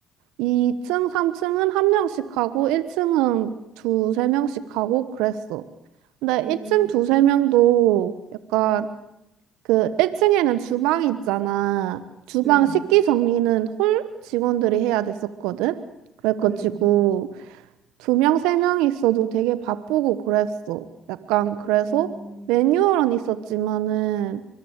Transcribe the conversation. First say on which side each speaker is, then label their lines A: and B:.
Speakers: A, on the right; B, on the right.
A: 2층, 3층은 한 명씩 하고 1층은 두세 명씩 하고 그랬어. 근데
B: 음,
A: 1층 두세 명도 약간 그 1층에는 주방이 있잖아. 주방
B: 음,
A: 식기 정리는 홀 직원들이 해야 됐었거든. 그래가지고
B: 음,
A: 두 명, 세 명 있어도 되게 바쁘고 그랬어. 약간 그래서
B: 음.
A: 매뉴얼은 있었지만은